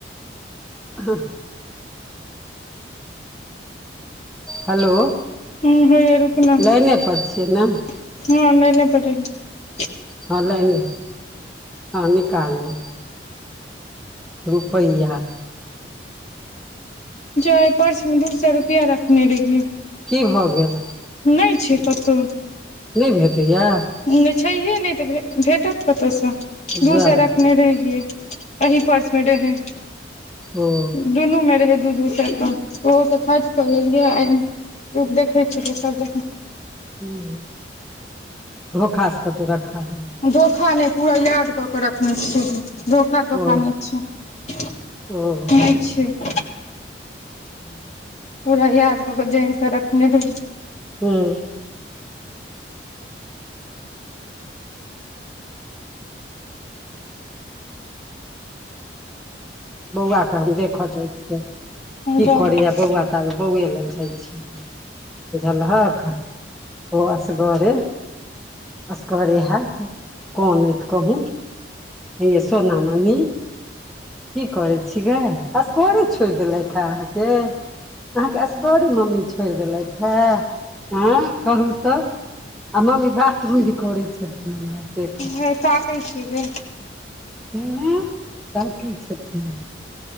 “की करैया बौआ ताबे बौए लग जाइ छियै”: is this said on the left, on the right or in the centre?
Centre